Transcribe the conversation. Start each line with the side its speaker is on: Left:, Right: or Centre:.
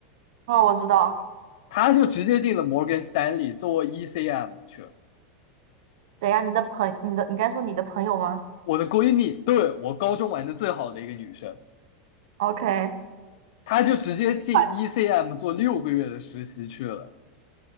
Right: 哦，我知道。
Left: 他就直接进了 Morgan Stanley 做 ECM 去了。
Right: 等一下，你的朋你的你该说你的朋友吗
Left: 我的闺蜜，对，我高中玩的最好的一个女生，
Right: ？OK，
Left: 她就直接进
Right: 厉害。
Left: ECM 做六个月的实习去了。